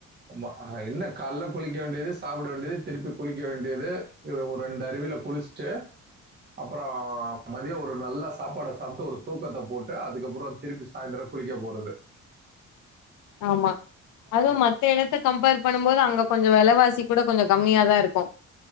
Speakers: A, on the right (about 35°); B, on the left (about 80°).
A: ஆமா ஆ ஹா என்ன கால்ல குளிக்க வேண்டிது சாப்பூட வேண்டிது திருப்பி குளிக்க வேண்டிது இதுல ஒரு ரெண்டு அருவில குளிச்சிட்டு அப்றோ மதியோ ஒரு நல்ல சாப்பாட சாப்புட்டு ஒரு தூக்கத்த போட்டு அதுக்கப்றோ திருப்பி சாய்ந்திரோ குளிக்க போறது
B: ஆமா அதுவு
A: ஆமா.
B: மத்த எடைத்த கம்பேர் பண்ணும் போது அங்க கொஞ்சோ வேலவாசி கூடோ கொஞ்சோ கம்மியா தா இருக்கு